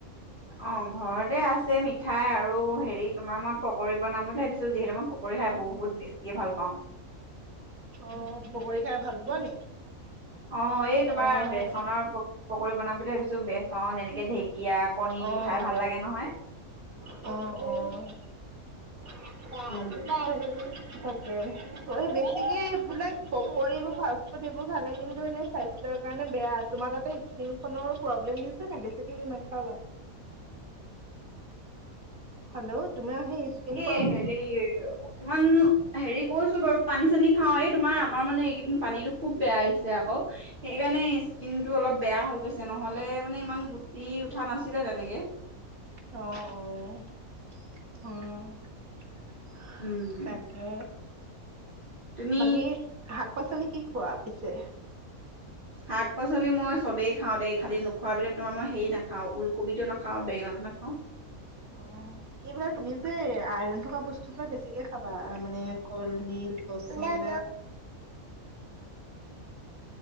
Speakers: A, on the right; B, on the right.
A: অ' ঘৰতে আছে মিঠাই আৰু হেৰি তোমাৰ মই পকৰি বনাম বুলি ভাবিছো যিহেতু মই পক পকৰি খাই বহুত বেছিয়ে ভাল পাওঁ।
B: অ পকৰী খাই ভাল পোৱা নি?
A: অ' এই তোমাৰ
B: অ',
A: বেচনৰ প পকৰি বনাম বুলি ভাবিছো বেচন এনেকে ঢেক ঢেকিয়া, কণী
B: অ',
A: দি খাই ভাল লাগে নহয়।
B: অ' অ'। <unintelligible>
A: উম।
B: পকৰিবোৰ ফাষ্টফুড এইেবোৰ ভাক লাগিল কিন্তু এতিয়া স্বাস্থ্যৰ কাৰণে বেয়া, তোমাৰ তাতে নোনখনৰো প্ৰব্লেম দিছে নে বেছিকেনি নাখাবা। হেল্ল' তোমাৰ হেই স্কিনখ
A: এ হেৰি অকমান হেৰি কৰিছোঁ বাৰু পানী চানী খাওঁ, এই তোমাৰ আমাৰ মানে এইগিদিন পানীটো খুব বেয়া আহিছে আকৌ সেইকাৰণে স্কিনটো অলপ বেয়া হৈ গৈছে নহ'লে মানে ইমান গোট টি উঠা নাছিলে তেনেকে।
B: অ', অ', অ'।
A: উম।
B: তাকে,
A: তুমি
B: বাকী শাক-পাচলি কি খোৱা পিছে।
A: শাক, পাচলি মই চবে খাওঁ দে, খালী নোখোৱা ভিতৰত তোমাৰ মই হেই নাখাওঁ উলকবিটো নাখাওঁ, বেগেনাটো নাখাওঁ।
B: অ'। সেইবিলাক তুমি যে আইৰন থকা বস্তু বিলাক বেছিকে খাবা মানে ক'লদিল। বস্তু বিলাক